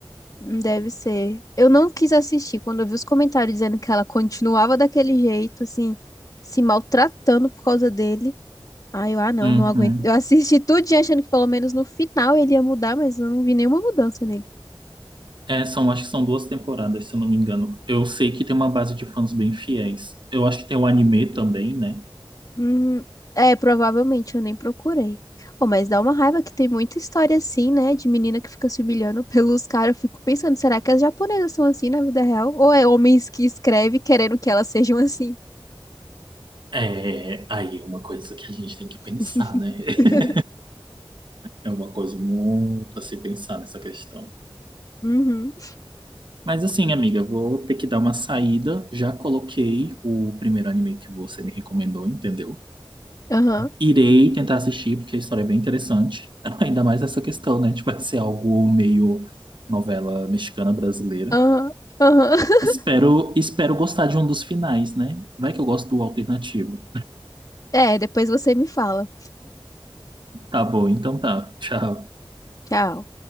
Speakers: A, on the left; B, on the right.
A: Deve ser. Eu não quis assistir quando eu vi os comentários dizendo que ela continuava daquele jeito, assim, se maltratando por causa dele. Aí eu, ah, não,
B: Uhum.
A: não aguento. Eu assisti tudinho achando que pelo menos no final ele ia mudar, mas eu não vi nenhuma mudança nele.
B: É, são, acho que são duas temporadas, se eu não me engano. Eu sei que tem uma base de fãs bem fiéis. Eu acho que tem o anime também, né?
A: Hum, é, provavelmente eu nem procurei. Pô, mas dá uma raiva que tem muita história assim, né, de menina que fica se humilhando <laughs> pelos caras. Eu fico pensando, será que as japonesas são assim na vida real? Ou é homens que escrevem querendo que elas sejam assim?
B: É, aí é uma coisa que a gente tem que pensar,
A: <laughs>
B: né? <laughs> É uma coisa muito a se pensar nessa questão.
A: Uhum.
B: Mas assim, amiga, vou ter que dar uma saída. Já coloquei o primeiro anime que você me recomendou, entendeu?
A: Aham.
B: Irei tentar assistir, porque a história é bem interessante. <laughs> Ainda mais essa questão, né? Tipo, vai ser algo meio novela mexicana brasileira.
A: Aham, aham. <laughs>
B: Espero, espero gostar de um dos finais, né? Vai que eu gosto do alternativo.
A: É, depois você me fala.
B: Tá bom, então tá. Tchau.
A: Tchau.